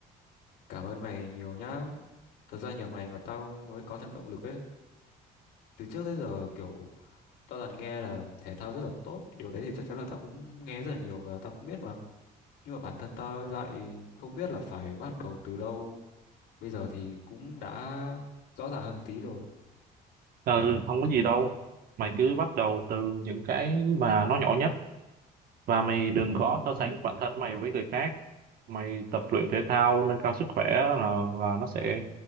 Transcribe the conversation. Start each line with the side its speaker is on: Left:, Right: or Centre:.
Left: Cảm ơn mày nhiều nhá. Thật ra nhờ mày mà tao mới có thêm động lực ấy. Từ trước tới giờ kiểu tao toàn nghe là thể thao rất là tốt. Điều đấy thì chắc chắn là tao cũng nghe rất là nhiều và tao cũng biết mà. Nhưng mà bản thân tao lại không biết là phải bắt đầu từ đâu. Bây giờ thì cũng đã rõ ràng hơn tí rồi.
Right: ừ, không có gì đâu mày cứ bắt đầu từ những cái mà nó nhỏ nhất và mày đừng có so sánh bản thân mày với người khác mày tập luyện thể thao nâng cao sức khỏe là, là nó sẽ